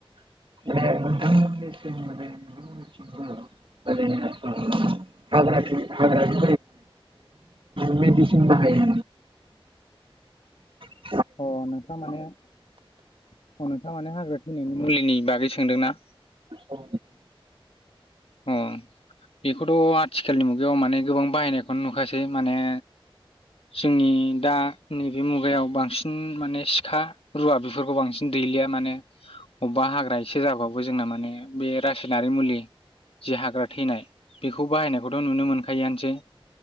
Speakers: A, on the right (about 60°); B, on the left (about 80°).
A: <unintelligible> <unintelligible> हाग्रानि <unintelligible> मेदिसिन बाहायो। <inaudible>
B: अ नोंथां माने। औ नोंथां माने हाग्रा थैनायनि मुलिनि बागै सोंदोना।
A: औ।
B: अ बेखौथ' आथिखालनि मुगायाव माने गोबां बाहायनायख। खौनो नुखासै माने। जोंनि दा नैबे मुगायाव बांसिन माने सिखा रुवा बिफोरखौ बांसिन दै। गैलिया माने अबेबा हाग्रा इसे होआबाबो जोंना माने बे रासायनारि मुलि। जि हाग्रा थैनाय बेखौ बाहायनायखौथ' नुनो मोनखायोआनोसै।